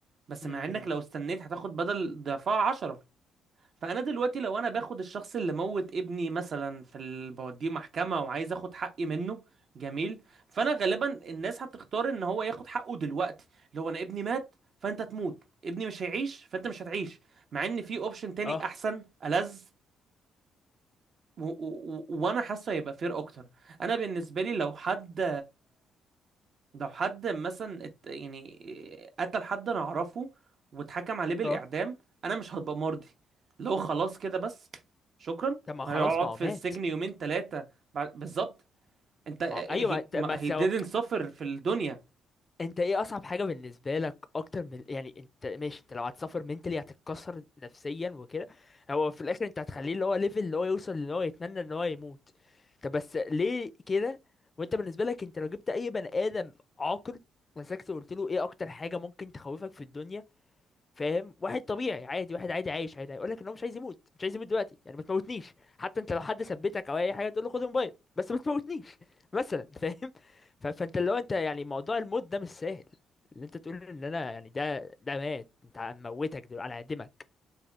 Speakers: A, on the right (about 50°); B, on the left (about 30°).
A: بس
B: أمم،
A: مع انك لو استنيت هتاخد بدل ضعفها 10 فانا دلوقتي لو انا باخد الشخص اللي موت ابني مثلا في ال... بوديه محكمه وعايز اخد حقي منه جميل فانا غالبا الناس هتختار ان هو ياخد حقه دلوقتي لو انا ابني مات فانت تموت ابني مش هيعيش فانت مش هتعيش مع ان في اوبشن تاني
B: اه
A: احسن ألذ و... و... و... وانا حاسه هيبقى فير اكتر انا بالنسبه لي لو حد لو حد مثلا ات- يعني قتل حد انا اعرفه واتحكم عليه بالاعدام
B: اه
A: انا مش هبقى مرضي اللي هو خلاص كده بس شكرا
B: طب ما
A: هيقعد
B: خلاص ما هو
A: في
B: مات
A: السجن يومين ثلاثه بالظبط انت
B: ما هو
A: هي
B: ايوه
A: ما-
B: ما ما سو...
A: he didn't suffer في الدنيا
B: انت ايه اصعب حاجه بالنسبه لك اكتر من يعني انت ماشي انت لو هتسافر منتلي هتتكسر نفسيا وكده هو في الاخر انت هتخليه اللي هو ليفل اللي هو يوصل ان هو يتمنى ان هو يموت طب بس ليه كده وانت بالنسبه لك انت لو جبت اي بني ادم عاقل مسكته وقلت له ايه اكتر حاجه ممكن تخوفك في الدنيا فاهم واحد طبيعي عادي واحد عادي عايش عادي هيقول لك ان هو مش عايز يموت مش عايز يموت دلوقتي يعني ما تموتنيش حتى انت لو حد ثبتك او اي حاجه تقول له خد الموبايل بس ما تموتنيش مثلا فاهم؟ ف- فانت لو انت يعني موضوع الموت ده مش سهل اللي انت تقول ان انا يعني ده ده مات انت هنموتك دلوقتي انا هعدمك